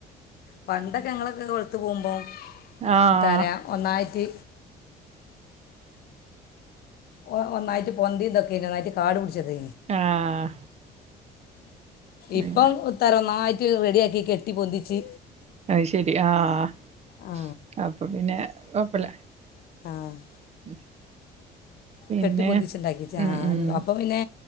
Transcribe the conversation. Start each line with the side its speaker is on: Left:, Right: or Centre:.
Left: പണ്ടൊക്കെ ഞങ്ങളൊക്കെ. കൊള് ത്ത് പോവുമ്പോം.
Right: ആഹ്
Left: എത്തരാ ഒന്നായിറ്റ് ഓ ഒന്നായിട്ട് പൊന്തിം ഇതെക്കേന്ന്. ഒന്നായിട്ട് കാട് പുടിച്ചത്
Right: ആഹ് പിന്നെ
Left: ഇപ്പം തറ ഒന്നായിട്ട് റെഡിയാക്കി കെട്ടി പൊന്തിച്ച്
Right: അഹ്ശരി ആഹ് ആഹ്
Left: ആ
Right: അപ്പൊ പിന്നെ കൊഴപ്പല്ല
Left: ആഹ്
Right: ഉം പിന്നെ
Left: കെട്ടി പൊന്തിച്ച് ഇണ്ടാക്കിച്ച് ആഹ്
Right: ഉം
Left: അപ്പം പിന്നെ